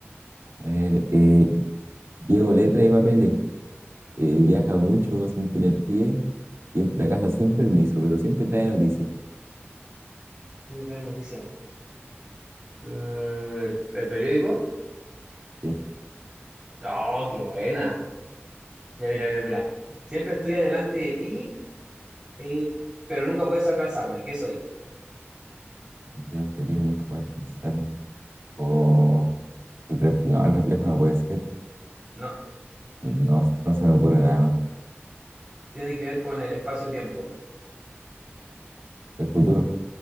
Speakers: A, on the right; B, on the right.
A: A ver, eh, Llevo letras y papeles. Eh, viaja mucho sin tener pie y entra a casa sin permiso, pero siempre trae noticias.
B: ¿Qué me trae noticia? Eh, ¿el periódico?
A: Sí,
B: Oh, qué buena. Ya, mira, mira, mira. Siempre estoy adelante de ti, eh, pero nunca puedes alcanzarme. ¿Qué soy?
A: siempre trae noticias, nunca va a alcanzarme. O el reflejo, no, el reflejo no puede ser.
B: No,
A: No, no se me ocurre nada más.
B: tiene que ver con el espacio-tiempo.
A: El futuro.